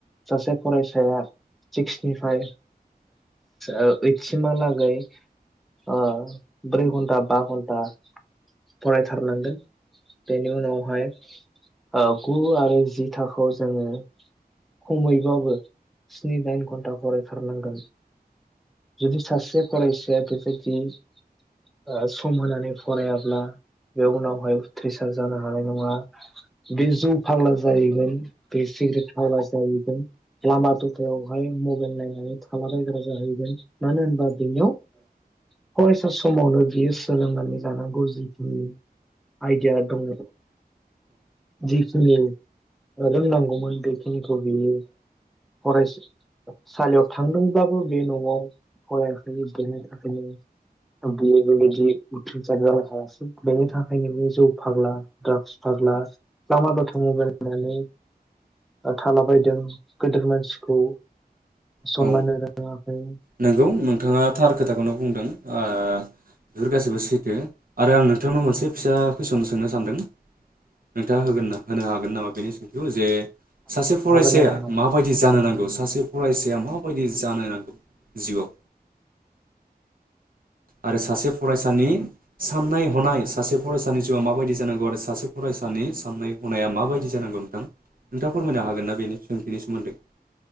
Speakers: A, in the centre; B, on the right (about 60°).
A: सासे फरायसाया सिक्स निफ्राय ओ-ओइट सिमहालागै ओ ब्रै घन्टा बा घन्टा फरायथारनांगोन। बेनि उनावहाय ओ गु आरो जि थाखोआव जोङो खमैबाबो स्नि दाइन घन्टा फरायथारनांगोन जुदि सासे फरायसाया बेबाइदि ओ सम होनानै फरायाब्ला बे उनावहाय उथ्रिसार जानो हानाय नङा बे जौ फाग्ला जाहैगोन बे सिगारेट फाग्ला जाहैगोन लामा दथायावहाय मबाइल नायनानै थाला बायग्रा जाहैगोन मानो होनबा बिनियाव फरायसा समावनो बियो सोलोंनानै लानांगौ जितु आइदिया दङ जि उम ओ रोंनांगौमोन बेखिनिखौ बियो फरायस सालियाव थांदोंबाबो बे नआव फरायाखै बेनो बियो बेबायदि उथ्रिसार जानो हायासै बेनि थाखायनो बियो जौ फाग्ला द्राग्स फाग्ला लामा दथायाव मबाइल नायनानै थालाबायदों गोदोर मानसि सिखौ सनमान
B: औ
A: होनो रोङाखै
B: नोंगौ नोंथाङा थार खोथाखौनो बुंदों ओ बेफोर गासैबो सैथो आरो आं नोंथांनाव मोनसे फिसा कुइसन सोंनो सानदों नोंथाङा होगोन्ना होनो हागोन हागोन नामा बेनि सोंथिखौ जे सासे फरायसाया
A: हागोन नोंथां हागोन
B: माबायदि जानो सासे फरायसाया माबायदि जानो नांगौ जिउआव? आरो सासे फरायसानि साननाय हनाय सासे फरायसानि जिउआ माबायदि जानांगौ आरो सासे फरायसानि साननायखौ मावनाया माबायदि जानांगौ नोंथां नोंथाङा फोरमायनो हागोन ना बेनि सोंथिनि सोमोन्दै